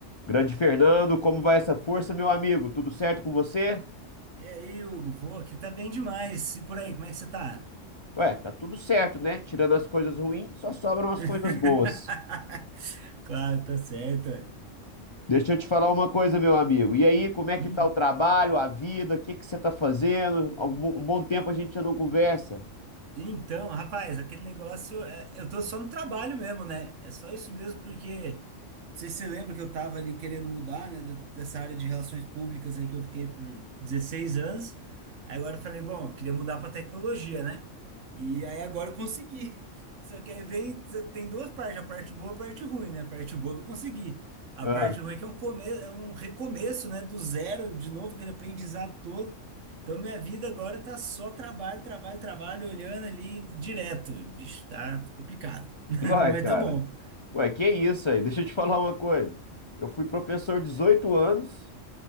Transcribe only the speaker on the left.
Grande Fernando, como vai essa força, meu amigo? Tudo certo com você?
Ué, tá tudo certo, né? Tirando as coisas ruins, só sobram as
coisas boas.
Deixa eu te falar uma coisa, meu amigo. E aí, como é que
tá o trabalho, a vida? O que que você tá fazendo? Algum- Um bom um bom tempo a gente já não conversa.
Ah,
uai,
cara.
Ué, que isso aí? Deixa eu te falar uma coisa. Eu fui professor 18 anos